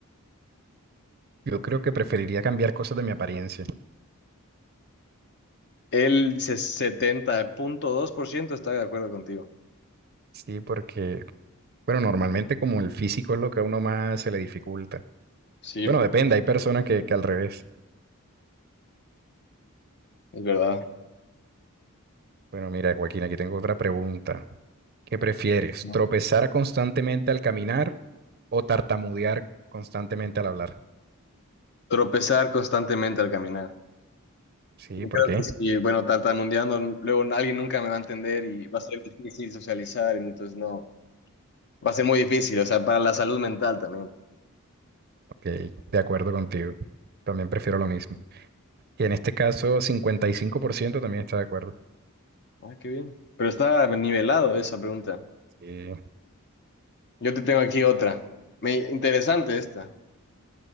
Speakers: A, on the right; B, on the left.
A: Yo creo que preferiría cambiar cosas de mi apariencia.
B: El se- setenta punto dos por ciento está de acuerdo contigo.
A: Sí, porque, bueno, normalmente como el físico es lo que a uno más se le dificulta.
B: Sí,
A: Bueno,
B: porque
A: depende, hay personas que, que al revés.
B: es verdad.
A: Bueno, mira, Joaquín, aquí tengo otra pregunta. ¿Qué prefieres?
B: No.
A: ¿Tropezar constantemente al caminar o tartamudear constantemente al hablar?
B: Tropezar constantemente al caminar.
A: Sí,
B: Yo
A: ¿por
B: creo
A: qué?
B: que sí, bueno, tartamudeando, luego alguien nunca me va a entender y va a ser difícil socializar, entonces no, va a ser muy difícil, o sea, para la salud mental también.
A: Ok, de acuerdo contigo. También prefiero lo mismo. Y en este caso, 55% también está de acuerdo.
B: Ah, qué bien. Pero está nivelado esa pregunta.
A: Sí.
B: Yo te tengo aquí otra. Me, interesante esta.